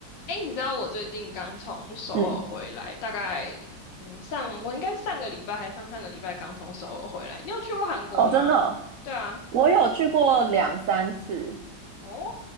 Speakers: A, on the left; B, on the right.
A: 哎，你知道我最近刚从首尔回来，
B: 嗯，
A: 大概嗯上我应该是上个礼拜还上上个礼拜刚从首尔回来。你有去过韩国吗？
B: 哦，真的哦
A: 对啊，
B: 我有去过两三次。
A: 哦，